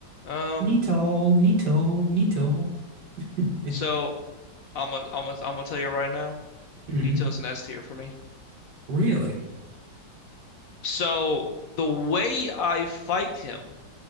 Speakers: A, on the left; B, on the right.
A: Um,
B: Neato, neato, neato. <laughs>
A: so I'm gonna I'm gonna I'm gonna tell you right now,
B: hmm
A: Nito's an S tier for me.
B: Really?
A: So the way I fight him